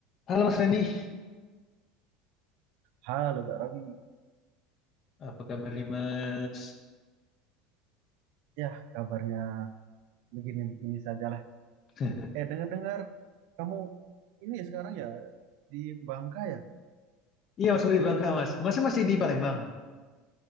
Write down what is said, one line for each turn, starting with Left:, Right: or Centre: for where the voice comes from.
Left: Halo Mas Randy,
Right: Halo Kak Robi,
Left: apa kabar nih Mas?
Right: ya kabarnya begini-begini sajalah.
Left: <laughs>
Right: Eh dengar-dengar kamu ini sekarang ya di Bangka ya?
Left: Iya Mas dari Bangka Mas, Masnya masih di Palembang.